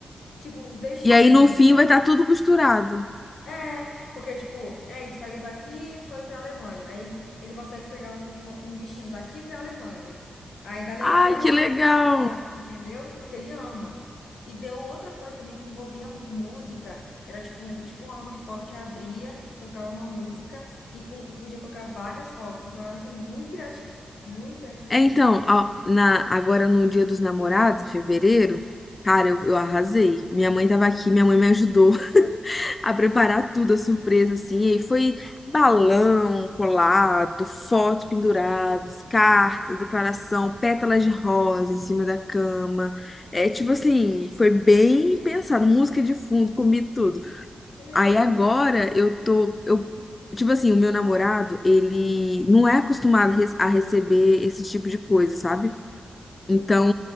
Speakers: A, on the left; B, on the left.
A: Tipo, os destinos,
B: E aí no
A: entendeu?
B: fim vai estar tudo costurado.
A: É, porque, tipo, é, ele saiu daqui e foi pra Alemanha. Aí ele, ele consegue pegar um, um destino daqui pra Alemanha. Aí da Alemanha
B: Ai, que
A: pra
B: legal!
A: outro lugar, entendeu? Porque ele ama. E deu outra coisa também que envolvia música. Era tipo, um- tipo um álbum de foto que abria, tocava uma música e, com, e podia colocar várias fotos. Então era assim, muito criativo. Muito criativo
B: É,
A: mesmo.
B: então, ó, na, agora no Dia dos Namorados, em fevereiro, cara, eu, eu arrasei. Minha mãe tava aqui, minha mãe me ajudou <laughs> a preparar tudo, a surpresa, assim. E aí foi balão colado, fotos penduradas, cartas, declaração, pétalas de rosa em cima da cama. É, tipo assim, foi bem pensado. Música de fundo, comi tudo.
A: Que legal.
B: Aí agora eu tô, eu, tipo assim, o meu namorado, ele não é acostumado res- a receber esse tipo de coisa, sabe? Então,